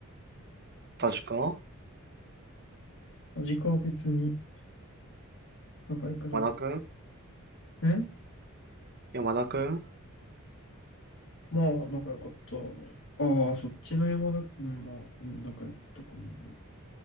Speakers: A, on the right; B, on the left.
A: 田か
B: 味かは別に。仲良くなかった。
A: 山田くん
B: え
A: 山田くん
B: まあ、仲良かったね。ああ、そっちの山田、うん、まあ、うん、仲良かったかも。